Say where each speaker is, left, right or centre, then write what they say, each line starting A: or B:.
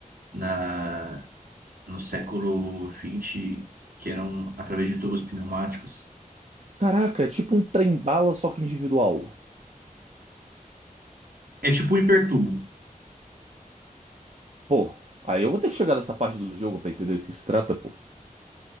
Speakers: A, on the right (about 85°); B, on the right (about 50°).
A: na... no século vinte que eram através de tubos pneumáticos.
B: Caraca, é tipo um trem-bala, só que individual.
A: É tipo um hipertubo.
B: Pô, aí eu vou ter que chegar nessa parte do jogo pra entender do que se trata, pô.